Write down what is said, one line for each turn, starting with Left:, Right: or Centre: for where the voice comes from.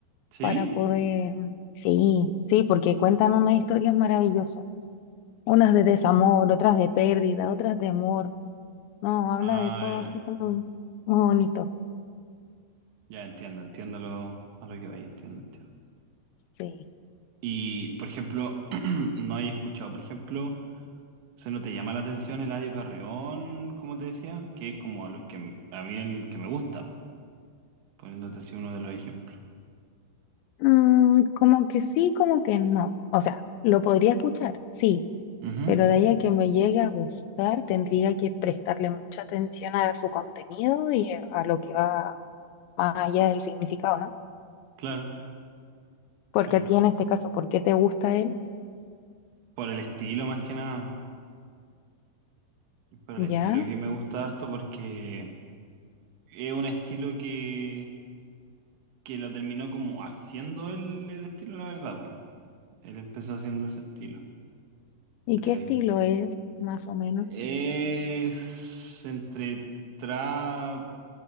Right: ¿Sí?
Left: para poder, sí, sí, porque cuentan unas historias maravillosas, unas de desamor, otras de pérdida, otras de amor, no, habla
Right: Ah,
Left: de todo
Right: ya.
Left: así como muy bonito,
Right: Ya entiendo, entiendo lo, a lo que vaya, entiendo, entiendo.
Left: sí.
Right: Y por ejemplo, <clears throat> no hay escuchado, por ejemplo, ¿se no te llama la atención Eladio Carrión, como te decía? Que es como a los que m- a mí el que me gusta, poniéndote así uno de los ejemplos.
Left: Mm, como que sí, como que no. O sea, lo podría escuchar, sí,
Right: Ujú,
Left: pero de ahí a que me llegue a gustar, tendría que prestarle mucha atención a su contenido y a lo que va más allá del significado, ¿no?
Right: claro,
Left: Porque
Right: claro.
Left: a ti en este caso, ¿por qué te gusta él?
Right: Por el estilo más que nada. Por el estilo
Left: ¿Ya?
Right: que me gusta harto porque es un estilo que que lo terminó como haciendo el, el estilo, la verdad, po. Él empezó haciendo ese estilo,
Left: ¿Y
Right: ¿cachai?
Left: qué estilo es, más o menos?
Right: Es entre trap,